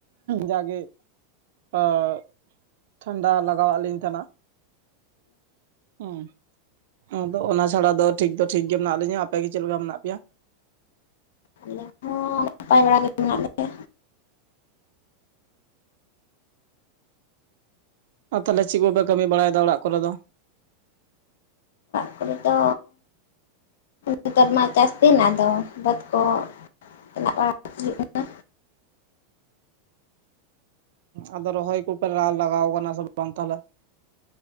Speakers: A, on the right (about 60°); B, on the left (about 70°).
A: ᱡᱟᱜᱮ <unintelligible> ᱴᱷᱟᱱᱰᱟ ᱞᱟᱜᱟᱣᱟᱜ ᱞᱤᱧ ᱛᱟᱦᱮᱸᱱᱟ᱾ ᱦᱩᱸ ᱟᱫᱚ ᱚᱱᱟ ᱪᱷᱟᱲᱟ ᱫᱚ ᱴᱷᱤᱠ ᱫᱚ ᱴᱷᱤᱠ ᱜᱮ ᱢᱮᱱᱟᱜ ᱞᱤᱧᱟ, ᱟᱯᱮ ᱜᱮ ᱪᱮᱫ ᱞᱮᱠᱟ ᱢᱮᱱᱟᱜ ᱯᱮᱭᱟ?
B: ᱟᱞᱮ ᱦᱚᱸᱻ ᱱᱟᱯᱟᱭ ᱵᱟᱲᱟ ᱜᱮ ᱢᱮᱱᱟᱜ ᱞᱮᱭᱟ᱾
A: ᱟᱨ ᱛᱟᱦᱚᱞᱮ ᱪᱮᱜ ᱠᱚᱯᱮ ᱠᱟᱹᱢᱤ ᱵᱟᱲᱟᱭ ᱫᱟ ᱚᱲᱟᱜ ᱠᱚᱨᱮ ᱫᱚ?
B: ᱟᱞᱮ ᱛᱚᱻᱼᱼ ᱱᱤᱛᱚᱜ ᱢᱟ ᱪᱟᱥ ᱫᱤᱱ ᱟᱫᱚ ᱵᱟᱹᱫᱽ ᱠᱚ <unintelligible> ᱦᱩᱭᱩᱜ ᱠᱟᱱᱟ
A: ᱟᱫᱚ ᱨᱚᱦᱚᱭ ᱠᱚᱯᱮ ᱨᱟᱜ ᱞᱟᱜᱟᱣ ᱠᱟᱱᱟ ᱥᱮ ᱵᱟᱝ ᱛᱟᱦᱚᱞᱮ?